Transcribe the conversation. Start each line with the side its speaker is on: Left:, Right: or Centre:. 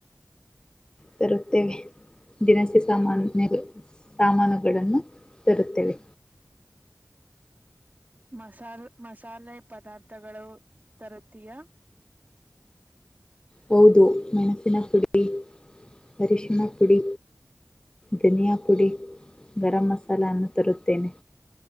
Left: ತರುತ್ತೇನೆ ದಿನಸಿ ಸಾಮಾನು <unintelligible> ಸಾಮಾನುಗಳನ್ನು ತರುತ್ತೇವೆ.
Right: ಮಸಾರ್ ಮಸಾಲೆ ಪದಾರ್ಥಗಳು ತರುತ್ತೀಯಾ.
Left: ಹೌದು ಮೆಣಸಿನ ಪುಡಿ ಅರಿಶಿನ ಪುಡಿ. ಧನಿಯಾ ಪುಡಿ ಗರಂ ಮಸಾಲ ಅನ್ನು ತರುತ್ತೇನೆ.